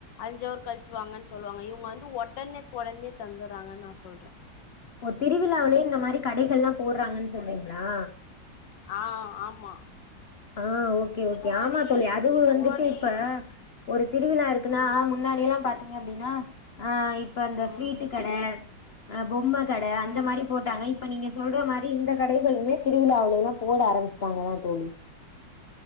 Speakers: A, on the left; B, on the left.
A: அஞ்ஜவர் கழிச்சுவாங்கன்னு சொல்லுவாங்க இவங்க வந்து உடனேக்குடனே தந்துறாங்கன்னு நா சொல்றேன்.
B: ஓ திருவிழாவிலேயு இந்த மாரி கடைகள் எல்லாம் போடுறாங்கன்னு சொல்றீங்களா
A: ஆ ஆமா
B: ஆ ஓகே ஓகே
A: இதுக்கு முன்னாடி
B: ஆமா தோழி அதுவும்
A: இதுக்கு
B: வந்துட்டு
A: முன்னாடி
B: இப்ப ஒரு திருவிழா இருக்குன்னா
A: ம்
B: முன்னாடி எல்லா பாத்தீங்க அப்டின்னா ஆ இப்ப அந்த
A: ம்
B: ஸ்வீட்டு கடை ஆ பொம்ம கடை
A: ம்
B: அந்த மாரி போட் இப்ப நீங்க சொல்ற மாரி இந்த கடைகளுமே திருவிழாவுலை எல்லா போட ஆரம்பிச்சுட்டாங்க தா தோழி